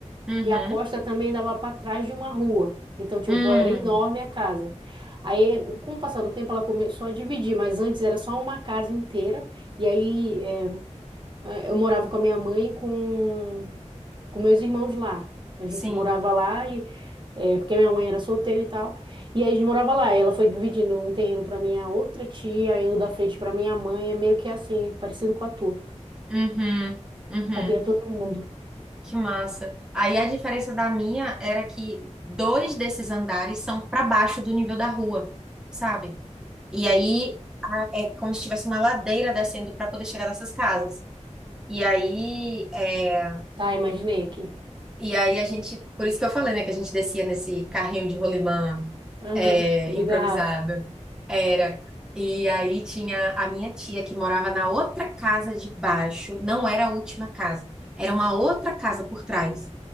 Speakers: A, in the centre; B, on the right.
A: Uhum.
B: e a costa também dava para trás de uma rua. Então, tipo,
A: Hum,
B: era enorme a casa. Aí, com o passar do tempo, ela começou a dividir, mas antes era só uma casa inteira. E aí, é, eh, eu morava com a minha mãe e com, com meus irmãos lá. A
A: sim.
B: gente morava lá e eh, porque minha mãe era solteira e tal. E aí a gente morava lá. E ela foi dividindo um terreno para minha outra tia, aí o da frente para minha mãe. É meio que assim, é parecido com a tua.
A: Uhum. Uhum.
B: Cabia todo mundo.
A: Que massa. Aí a diferença da minha era que dois desses andares são para baixo do nível da rua, sabe? E aí é como se tivesse uma ladeira descendo para poder chegar nessas casas. E aí, é,
B: Tá, imaginei aqui.
A: e aí a gente, por isso que eu falei, né, que a gente descia nesse carrinho de rolimã
B: Aham,
A: é,
B: de
A: improvisado.
B: garrafa.
A: Era. E aí tinha a minha tia que morava na outra casa de baixo, não era a última casa, era uma outra casa por trás.